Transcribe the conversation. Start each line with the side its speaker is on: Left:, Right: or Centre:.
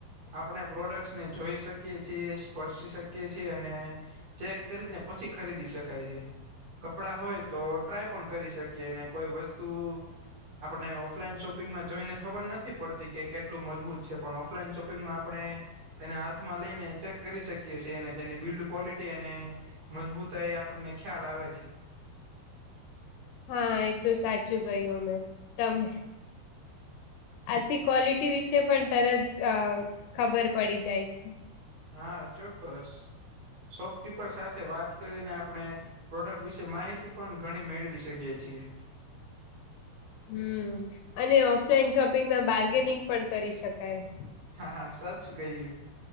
Right: આપણે પ્રોડક્ટસ ને જોઈ શકીએ છીએ, સ્પર્શી શકીએ છીએ અને ચેક કરીને પછી ખરીદી શકાય છે. કપડા હોય તો ટ્રાય પણ કરી શકીએ, ને કોઈ વસ્તુ આપણને ઓફલાઈન શોપિંગમાં જોઈને ખબર નથી પડતી કે કેટલું મજબૂત છે. પણ ઓફલાઈન શોપિંગમાં આપણે તેને હાથમાં લઈને ચેક કરી શકીએ છીએ. અને તેની બિલ્ડ ક્વોલિટી અને મજબૂતાઈ આપણને ખ્યાલ આવે છે.
Left: હા એ તો સાચું કહ્યું અમેં, તમે. આથી ક્વોલિટી વિશે પણ તરત અહ ખબર પડી જાય છ.
Right: હા ચોક્કસ. શોપકીપર સાથે વાત કરીને આપણે પ્રોડક્ટ વિશે માહિતી પણ ઘણી મેળવી શકીએ છીએ.
Left: હમ અને ઓફલાઈન શોપિંગમાં બાર્ગેનિંગ પણ કરી શકાય.
Right: હા હા સાચું કહ્યું.